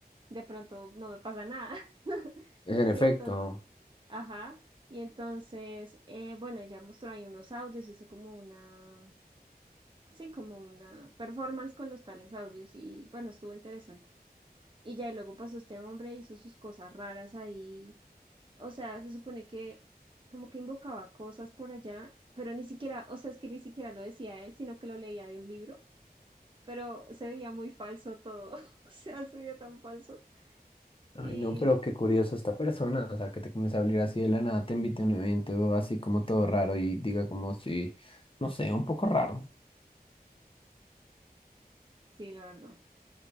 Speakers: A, on the right; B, on the left.
A: de pronto no me pasa nada. <laughs>
B: efecto.
A: Y entonces, ajá. Y entonces, eh, bueno, ella mostró ahí unos audios, hizo como una, sí, como una performance con los tales audios. Y bueno, estuvo interesante. Y ya, y luego pasó este hombre, hizo sus cosas raras ahí o sea, se supone que como que invocaba cosas por allá, pero ni siquiera, o sea, es que ni siquiera lo decía él, sino que lo leía de un libro, pero se veía muy falso todo, <laughs> o sea, se veía tan falso.
B: Ay,
A: Y
B: no, pero qué curiosa esta persona, o sea, que te comience a hablar así de la nada, te invite a un evento así como todo raro y diga como si, no sé, un poco raro.
A: sí, la verdad.